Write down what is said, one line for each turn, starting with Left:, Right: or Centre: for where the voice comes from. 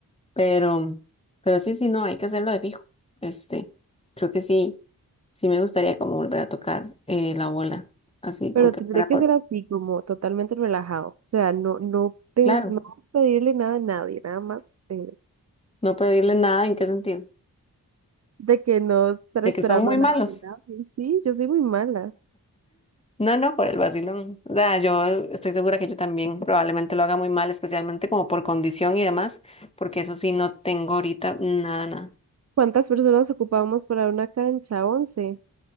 Left: Pero, pero sí, sí, no, hay que hacerlo de fijo. Este, creo que sí. Sí me gustaría como volver a tocar eh, la bola, así,
Right: Pero
Left: aunque
Right: tendré
Left: fuera
Right: que
Left: por...
Right: ser así, como totalmente relajado. O sea, no, no, pens-
Left: Claro,
Right: no pedirle nada a nadie, nada más. eh,
Left: no pedirles nada, ¿en qué sentido?
Right: de que no estar
Left: De
Right: esperando
Left: que son muy
Right: nada
Left: malos.
Right: de nadie. Sí, yo soy muy mala.
Left: No, no, por el vacilón. O sea, yo estoy segura que yo también probablemente lo haga muy mal, especialmente como por condición y demás, porque eso sí no tengo ahorita nada, nada.
Right: ¿Cuántas personas ocupamos para una cancha? once?